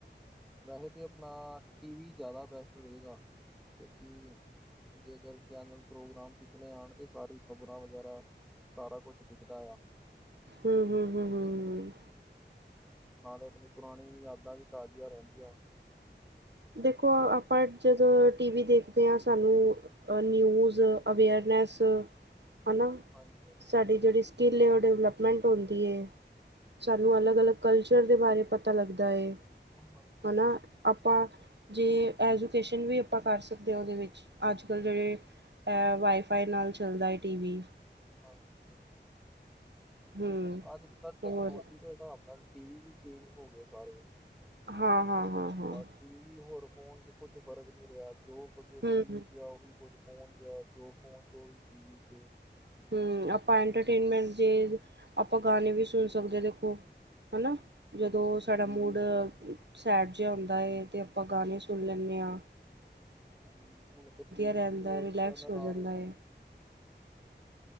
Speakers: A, in the centre; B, on the right.
A: ਵੈਸੇ ਤਾਂ ਆਪਣਾ ਟੀਵੀ ਜ਼ਿਆਦਾ ਬੈਸਟ ਰਹੇਗਾ ਕਿਉਂਕਿ ਜੇਕਰ ਚੈਨਲ ਪ੍ਰੋਗਰਾਮ ਪਿਛਲੇ ਆਉਣ ਤੇ ਸਾਰੀ ਖ਼ਬਰਾਂ ਵਗੈਰਾ ਸਾਰਾ ਕੁਛ ਦਿਖਦਾ ਆ
B: ਹਮ ਹਮ ਹਮ ਹਮ।
A: ਨਾਲੇ ਆਪਣੀ ਪੁਰਾਣੀ ਯਾਦਾਂ ਵੀ ਤਾਜ਼ੀਆਂ ਰਹਿੰਦੀਆਂ।
B: ਦੇਖੋ ਆਪਾਂ ਜਦੋਂ ਟੀ ਵੀ ਦੇਖਦੇ ਆਂ ਸਾਨੂੰ ਅ ਨਿਊਜ਼ ਅਵੇਅਰਨੈਸ, ਹਨਾ।
A: <unintelligible> ਹਾਂਜੀ ਹਾਂਜੀ
B: ਸਾਡੀ ਜਿਹੜੀ ਸਕਿੱਲ ਹੈ ਉਹ ਡਿਵਲਪਮੈਂਟ ਹੁੰਦੀ ਹੈ ਸਾਨੂੰ ਅਲੱਗ
A: ਜੀ ਜੀ
B: ਅਲੱਗ ਕਲਚਰ ਦੇ ਬਾਰੇ ਪਤਾ ਪਤਾ ਲੱਗਦਾ ਏ
A: ਆਹੋ
B: ਹੈ ਨਾ ਆਪਾਂ ਜੇ ਐਜੂਕੇਸ਼ਨ ਵੀ ਆਪਾਂ ਕਰ ਸਕਦੇ ਹਾਂ ਉਹਦੇ ਵਿੱਚ ਅੱਜ ਕੱਲ੍ਹ ਜਿਹੜੇ
A: ਜੀ
B: ਵਾਈਫਾਈ ਨਾਲ ਚੱਲਦਾ ਏ ਟੀ ਵੀ
A: ਹਾਂਜੀ
B: ਹਮ
A: ਅੱਜ ਕੱਲ ਟੈਕਨੋਲੋਜੀ
B: ਹੋਰ
A: ਦੇ ਹਿਸਾਬ ਨਾਲ ਟੀਵੀ ਵੀ ਚੇਂਜ ਹੋ ਗਏ ਸਾਰੇ।
B: ਹਾਂ-ਹਾਂ-ਹਾਂ-ਹਾਂ।
A: ਪਰ ਟੀਵੀ ਹੋਰ ਫੋਨ ਚ ਕੁਛ ਫ਼ਰਕ ਨੀ ਰਿਆ ਜੋ ਕੁੱਝ
B: ਹਮ
A: ਟੀਵੀ ਚ ਆ ਉਹੀ ਕੁਝ ਫੋਨ ਚੇ ਆ, ਜੋ ਫੋਨ ਚ ਉਹੀ ਟੀਵੀ ਚ।
B: ਹਮ। ਆਪਾ ਐਂਟਰਟੇਨਮੈਂਟ ਜੇ, ਆਪਾ ਗਾਣੇ ਵੀ ਸੁਣ ਸਕਦੇ ਆ ਦੇਖੋ। ਹਨਾ।
A: ਹਾਂ
B: ਜਦੋ ਸਾਡਾ
A: ਟੀਵੀ
B: ਮੂਡ
A: ਤੇ
B: ਸੈਡ ਜਿਆ ਹੁੰਦਾ
A: ਜੀ
B: ਏ,
A: ਬਿਲਕੁਲ
B: ਤੇ ਅਪਾ ਗਾਣੇ ਸੁ ਣ ਲੈਨੇ ਆ।
A: ਜੀ, ਹੁਣ ਤੇ ਟੀਵੀ
B: ਰਹਿੰਦਾ
A: ਚ ਵੀ
B: ਹੈ,
A: ਉਹੀ
B: ਰਿਲੈਕਸ
A: ਚੈਨਲ
B: ਹੋ ਜਾਂਦਾ
A: ਆ ਰੇ ਨੇ
B: ਹੈ
A: ਹਮ।